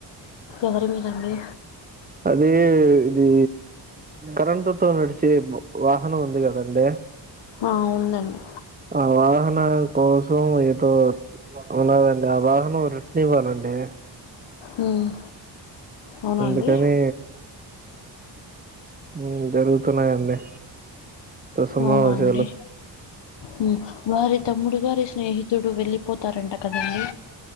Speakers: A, on the left (about 70°); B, on the right (about 20°).
A: ఎవరి మీద అండి
B: అదే ఇది కరెంటు తో నడు చేబ్ వాహనం ఉంది కదండి
A: ఆ, ఉందండి
B: ఆ వాహనాల కోసం ఏదో అవునా అండి ఆ వాహనం రిట్ను ఇవ్వాలండి
A: మ్మ్ అవునా
B: అందుకని
A: అండి
B: మ్మ్ జరుగుతున్నాయండి తసమావశాలు
A: అవునా అండి మ్మ్ వారి తమ్ముడు గారి స్నేహి తుడు వెళ్ళిపోతారంట కదండీ